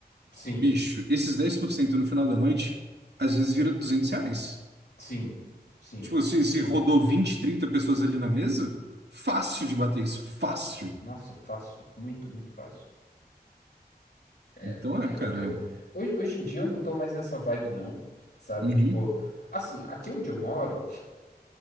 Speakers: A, on the left; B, on the right.
A: sim,
B: Bicho, esses 10% no final da noite, às vezes vira 200 reais.
A: sim, sim,
B: Tipo, se,
A: absurdo.
B: se rodou 20 30 pessoas ali na mesa, fácil de bater isso, fácil.
A: Nossa, fácil, muito, muito fácil. É,
B: Então é,
A: eu,
B: cara.
A: eu,
B: é.
A: hoje, hoje em dia eu não tô mais nessa vibe não, sabe?
B: Uhum,
A: Tipo, assim, aqui onde eu moro,